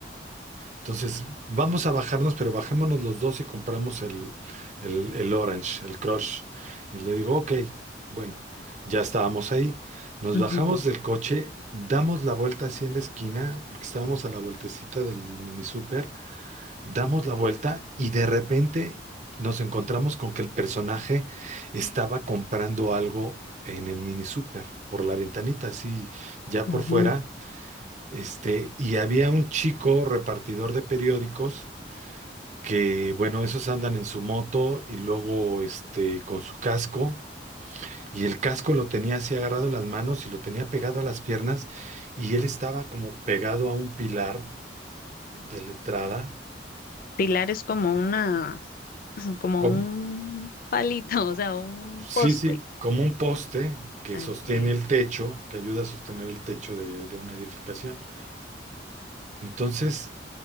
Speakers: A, on the right; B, on the left.
A: Entonces, vamos a bajarnos, pero bajémonos los dos y compramos el, el, el Orange, el Crush. Y le digo, ok, bueno, ya estábamos ahí. Nos
B: Ujú,
A: bajamos del coche, damos la vuelta así en la esquina, porque estábamos a la vueltecita del mini super, damos la vuelta y de repente nos encontramos con que el personaje estaba comprando algo en el mini super, por la ventanita, así ya
B: ujú.
A: por fuera. Este, y había un chico repartidor de periódicos que, bueno, esos andan en su moto y luego, este, con su casco. Y el casco lo tenía así agarrado en las manos y lo tenía pegado a las piernas. Y él estaba como pegado a un pilar de la entrada,
B: Pilar es como una, <laughs> como
A: como,
B: un palito, o sea, un
A: sí,
B: poste.
A: sí, como un poste que
B: Ah,
A: sostiene
B: Ok.
A: el techo, que ayuda a sostener el techo de de una edificación. Entonces,